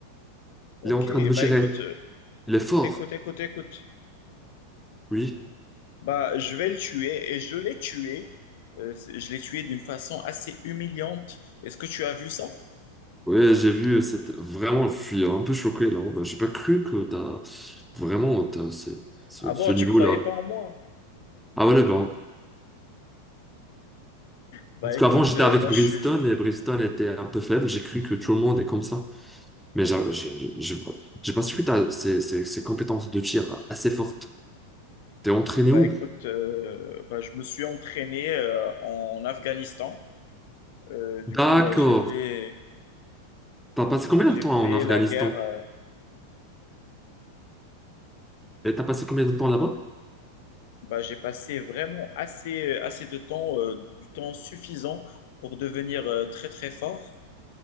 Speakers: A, on the left; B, in the centre.
A: Ok,
B: Il est en train de me
A: bah
B: tirer.
A: écoute, euh,
B: Il est fort.
A: écoute, écoute, écoute.
B: Oui.
A: Bah, je vais le tuer et je l'ai tué. Euh, c'est- je l'ai tué d'une façon assez humiliante. Est-ce que tu as vu ça?
B: Oui, j'ai vu cette... Vraiment, je suis un peu choqué là. Ben, J'ai pas cru que t'as... Vraiment, t'as ce, ce-
A: Ah bon,
B: ce niveau-là.
A: tu croyais pas en moi?
B: Ah ouais, bon.
A: Bah
B: Parce
A: écoute,
B: qu'avant, j'étais
A: euh,
B: avec
A: moi
B: Brimstone
A: je suis,
B: et Brimstone était un peu faible. J'ai cru que tout le monde est comme ça. Mais j'ai j'ai- j'ai- j'ai pas su que t'as ces, ces- ces compétences de tir assez fortes. T'es entraîné
A: bah
B: où?
A: écoute, euh, bah, je me suis entraîné euh, en Afghanistan. Euh, du
B: D'accord.
A: coup, bah, j'ai fait,
B: T'as passé combien
A: j'ai
B: de temps
A: fait
B: en Afghanistan?
A: la guerre. euh,
B: Et t'as passé combien de temps là-bas?
A: Bah, j'ai passé vraiment assez, assez de temps, euh, du temps suffisant pour devenir euh, très très fort.